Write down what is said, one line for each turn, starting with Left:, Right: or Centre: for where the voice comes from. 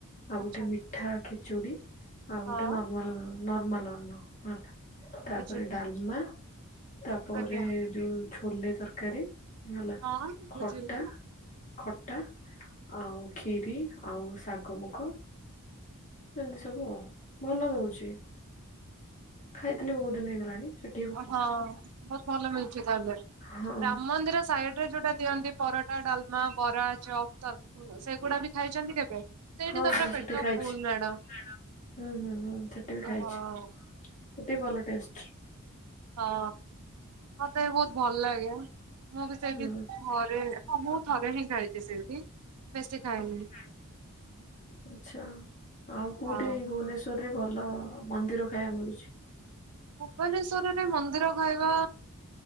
Left: ଆଉ
Right: ଆଚ୍ଛା
Left: ଗୋଟେ ମି ମିଠା ଖିଚୁଡି, ଆଉ ଗୋଟେ
Right: ହଁ
Left: ନର୍ମାଲ, ନର୍ମାଲ ଅନ୍ନ ହେଲା। ତାପରେ
Right: ବୁଝିଲି
Left: ଡାଲମା, ତାପରେ
Right: ଆଜ୍ଞା
Left: ଯୋଉ ଛୋଲେ ତରକାରୀ। ନେଲା,
Right: ହଁ ବୁଝିଲି
Left: ଖଟା। ଖଟା ଆଉ ଖିରି ଆଉ ଶାଗ ମୁଗ। ଏମିତି ସବୁ, ଆଉ ଭଲ ଦଉଛି, ଖାଇଥିଲି ବହୁତ ଦିନ ହେଇଗଲାଣି ସେ
Right: ହଁ ବହୁତ ଭଲ ମିଳୁଛି ତାହେଲେ।
Left: ହଁ
Right: ରାମ ମନ୍ଦିର ସାଇଡ ରେ ଯୋଉଟା ଦିଅନ୍ତି, ପରଟା, ଡାଲମା, ବରା, ଚପ୍ ତର ଓ ସେଗୁଡା ବି ଖାଇଛନ୍ତି କେବେ? ସେଇଠି
Left: ହଁ
Right: ତ ପୁରା ପେଟ
Left: ସେଠି ଖାଇଛି।
Right: Full madam.
Left: ହଁ, ହୁଁ, ହୁଁ, ସେଠି ବି
Right: ହଁ
Left: ଖାଇଛି ସେଠି ବି ଭଲ ଟେଷ୍ଟ।
Right: ହଁ, ମତେ ବି ବହୁତ ଭଲ ଲାଗେ। ମୁଁ ବି ସେଇଠି
Left: ହୁଁ
Right: ଥରେ ମୁଁ ଥରେ ହିଁ ଖାଇଛି ସେଇଠି ବେଶୀ ଖାଇନି
Left: <unintelligible> ଆଛା ଆଉ କୋଉଠି
Right: ହଁ
Left: ଭୁବନେଶ୍ଵର ରେ ଭଲ ମନ୍ଦିର ଖାଇବାକୁ ମିଳୁଛି?
Right: ଭୁବନେଶରରେ ମନ୍ଦିର ଖାଇବା